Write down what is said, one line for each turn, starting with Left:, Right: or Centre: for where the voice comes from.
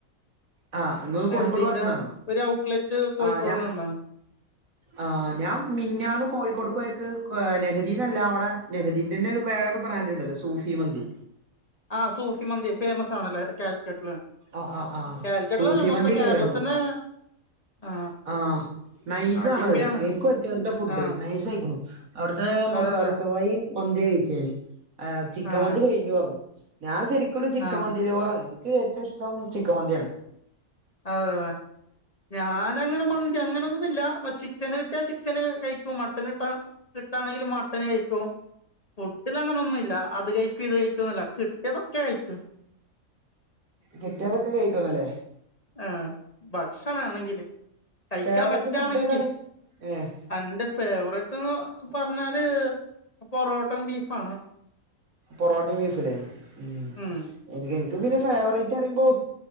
Right: ആഹ് നിങ്
Left: നെഹദീന്റെ
Right: കോഴിക്കോട് ഭാഗത്തുന്നതാണോ
Left: ഒരു ഔട്ട്ലെറ്റ് കോഴിക്കോടിലുണ്ടാണ്
Right: ആ ഞാ ആ് ഞാൻ മിൻഞാന്ന് കോഴിക്കോട്ട പോയ നെഹദീന്നല്ല അവിടെ നെഹദീന്റെ തന്നെ വേറെ ബ്രാൻഡ് ഉണ്ടല്ലോ സൂഫി മന്തി
Left: ആഹ സൂഫി മന്തി ഫേമസ് ആണല്ലേ കാലിക്കട്ടില്
Right: ആ ആ ആ
Left: കാലിക്കട്ടിലല്ല
Right: സൂഫി
Left: മൊത്തം
Right: മന്തി
Left: കേരളത്തിന്
Right: കയറണു
Left: ആഹ്
Right: ആ നൈസ്
Left: അടിപൊളിയാണ്
Right: ആണത് എൻക്ക് പറ്റിഓൽത്തെ ഫുഡ്
Left: ആഹ്
Right: നൈസ ആയിക്ക്ണു. അവ്ട്ത്തെ മസാല
Left: അതെ അതെ
Right: ഷവായി മന്തി കഴിചെ ഞാന് ആ ചിക്ക
Left: ആഹ്
Right: മന്തി കഴിഞ്ഞു പറഞ്ഞു. ഞാൻ ശരികൊര് ചിക്ക
Left: ആഹ്
Right: മന്തി ലവ്വറാണ് ൻക്ക് ഏറ്റോ ഇഷ്ടം ചിക്ക മന്തിആണ്.
Left: ഓ അ. ഞാൻ അങ്ങനെ മന്തി അങ്ങനൊന്നുല്ല പ്പ ചിക്കന് കിട്ട്യാ ചിക്കന് കയിക്കും മട്ടന് കിട്ടാ കിട്ടാണെങ്കില് മട്ടനയ് ക്കു. ഫുഡില് അങ്ങനെന്നുയില്ല അത് കയിക്കും ഇത് കയിക്കു ന്നല്ല കിട്ട്യാതൊക്കെ കഴിക്കും.
Right: കിട്ടിതൊക്കെ കഴിക്കന്നല്ലെ?
Left: ആഹ് ഭക്ഷണ ആണെങ്കില് കഴിക്കാ
Right: ഫേവറേറ്റ്
Left: പറ്റണെങ്കി
Right: ഫുഡ് ഏതാണ് ഏഹ്
Left: അന്റെ ഫേവറ്റോന്ന് പർ ന്നാല് പൊറോട്ടം ബീഫാണോ?
Right: പൊറോട്ടയും ബീഫുലെ മ്
Left: ഉം
Right: എനി എൻക്ക് പിന്നെ ഫേവറേറ്റ് അറിയുമ്പോ